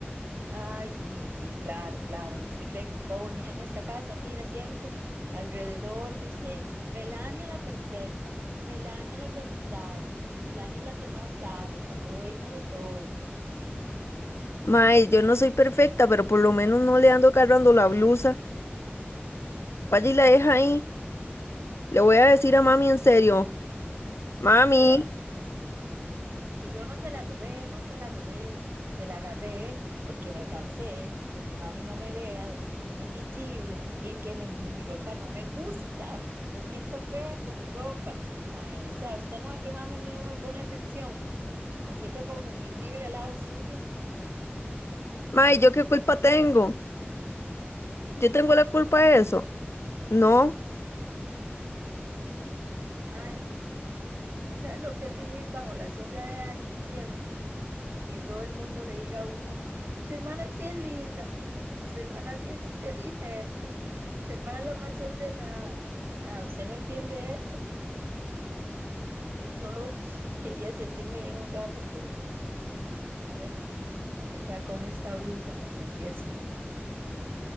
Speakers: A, on the right; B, on the left.
A: Ay, sí, sí, claro, claro. Usted cree que todo en esta casa gira siempre alrededor de usted. Melania la perfecta, Melania la organizada, Melania es la que más sabe, la dueña de todo.
B: Mae, yo no soy perfecta, pero por lo menos no le ando agarrando la blusa. Vaya y la deja ahí. Le voy a decir a mami en serio. Mami,
A: ¡Uh! Que yo no se la robé, no se la robé, se la agarré porque me cansé de que mami no me vea, de sentirme invisible y que me- mi ropa no me gusta. Me siento fea con mi ropa. Mae, o sea, usted no ve que mami a mí no me pone atención. Me siento como invisible al lado suyo,
B: mae, ¿yo qué culpa tengo? ¿Yo tengo la culpa de eso? No.
A: mae. Usted sabe lo que es vivir bajo la sombra de alguien siempre, que todo el mundo le diga a uno, su hermana sí es linda, su hermana sí es inteligente, su hermana es la más ordenada. Mae, usted no entiende eso. Yo solo <sniffs> quería sentirme bien un rato, pero, pero bueno, di, aunque sea con esta blusa, me sentí así.